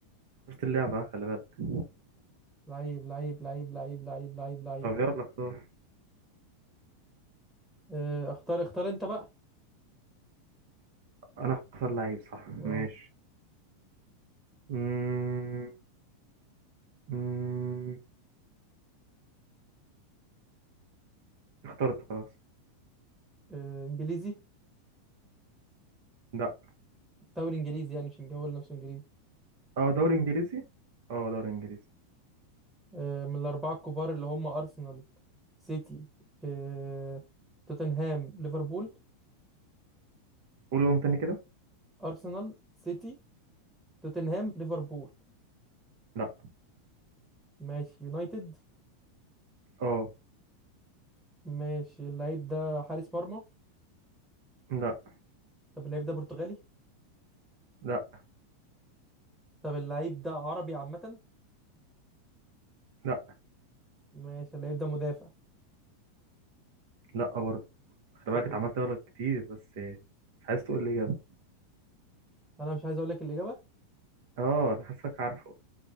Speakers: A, on the right (about 60°); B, in the centre.
A: خسرت اللعبة خلي بالك
B: لعيب لعيب لعيب لعيب لعيب لعيب لعيب
A: طب يلا اختار
B: اه اختار اختار انت بقى
A: انا اختار لعيب صح ماشي
B: اه
A: مم... مم... اخترت خلاص
B: اه، انجليزي
A: لا
B: دوري انجليزي يعني مش إنج- هو نفسه انجليزي
A: اه دوري انجليزي اه دوري انجليزي
B: اه من الاربعه الكبار اللي هم ارسنال سيتي اه توتنهام ليفربول
A: قول قوم تاني كده
B: ارسنال سيتي توتنهام ليفربول
A: لا
B: ماشي يونايتد
A: اه
B: ماشي اللعيب ده حارس مرمى
A: لا
B: طب اللعيب ده برتغالي
A: لا
B: طب اللعيب ده عربي عامة
A: لا
B: ماشي اللعيب ده مدافع
A: لا برضه خلي
B: طب
A: بالك اتعملت
B: ال...
A: غلط كتير بس مش عايز تقول لي إجابة
B: انا مش عايز اقول لك الإجابة
A: اه أنا حاسك عارفه